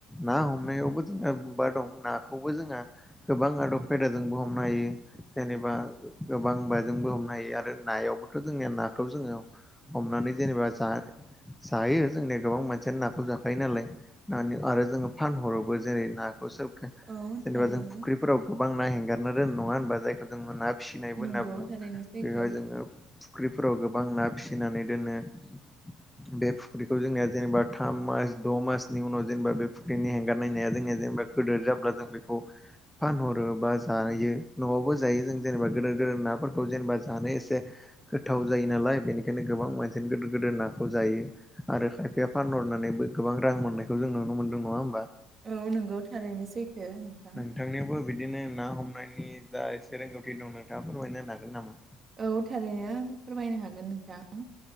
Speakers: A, in the centre; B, on the right.
A: ना हमनायावबो जोंहा मबा दं नाखौबो जोंहा गोबां आदब खायदाजोंबो हमनो हायो। जेनेबा गोबां बायजोंबो हमनो हायो आरो नायावबोथ' जोंनिया नाखौ जोङो हमनानै जेनेबा जा जायो जोंनिया गोबां मानसियानो नाखौ जाखायो नालाय नानि आरो जोङो फानहरोबो जेरै नाखौ सोर
B: औ
A: जेनेबा
B: थारैनो
A: जों फुख्रि फोराव गोबां ना हेंगारना दोनो नङा होनबा जायखौ जोङो ना फिसिनायबो होनना
B: नंगौ
A: बुङो
B: थारैनो सैथो
A: बेवहाय जोङो फुख्रिफोराव गोबां ना फिसिनानै दोनो। <inaudible> बे फुख्रिखौ जोंनिया जेनेबा थाम मास द' मासनि उनाव जेनेबा बे फुख्रिनि हेंगारनाय नाया जोंनिया जेनेबा गोदोर जाब्ला जों बेखौ फानहरो बा जायो न'आवबो जायो जों जेनेबा गोदोर गोदोर नाफोरखौ जेनेबा जानो एसे गोथाव जायो नालाय बेनिखायनो गोबां मानसियानो गोदोर गोदोर नाखौ जायो। आरो खायफाया फानहरनानैबो गोबां रां मोननायखौ जों नुनो मोनदों नङा होमबा?
B: औ नंगौ थारैनो सैथो नोंथां।
A: नोंथांनियावबो बिदिनो ना हमनायनि जा एसे रोंगौथि दं नोंथाङा फोरमायना होनो हागोन नामा?
B: औ थारैनो फोरमायनो हागोन नोंथां